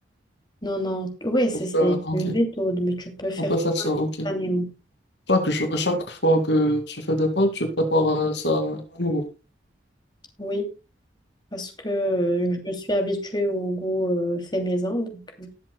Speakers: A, on the left (about 20°); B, on the left (about 65°).
A: Non, non, oui, c'est
B: Pour
A: c'est
B: faire, ah, ok,
A: une méthode, mais tu peux faire
B: on peut faire
A: tout
B: ça,
A: instantanément.
B: ok. Chaque, jour- chaque fois que tu fais des pâtes, tu prépares euh, ça à nouveau.
A: Oui, parce que euh, je suis habituée au goût euh, fait maison, donc euh,